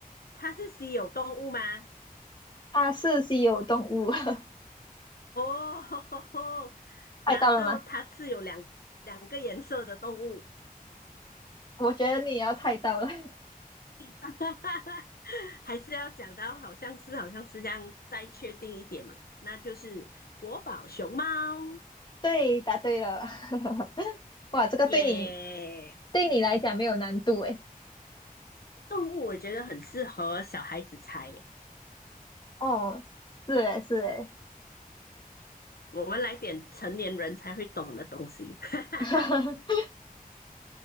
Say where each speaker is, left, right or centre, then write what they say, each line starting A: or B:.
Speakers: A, on the left; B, on the left.
A: 它是稀有动物吗？
B: 它是稀有动物，<laughs>
A: 哦，<laughs>
B: 猜到了吗？
A: 难道它是有两两个颜色的动物？
B: 我觉得你也要猜到了，
A: <laughs> 还是要讲到好像是好像是这样，再确定一点嘛？那就是国宝熊猫
B: <laughs> 对，答对了，<laughs> 哇，这个对你
A: 耶
B: 对你来讲没有难度诶，
A: 动物我觉得很适合小孩子猜耶
B: 哦，是诶是诶
A: 我们来点成年人才会懂的东西。<laughs>
B: <laughs>